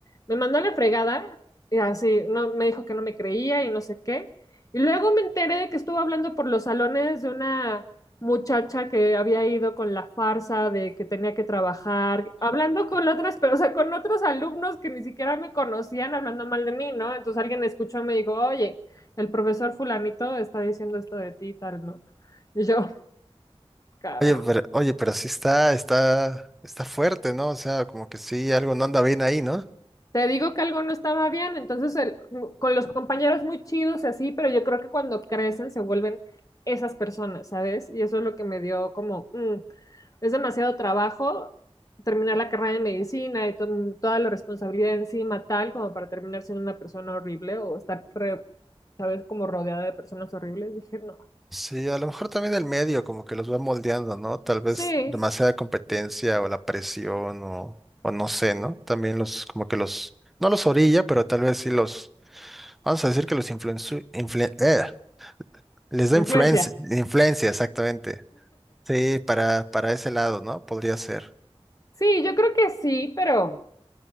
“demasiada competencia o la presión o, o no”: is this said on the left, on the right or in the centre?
Centre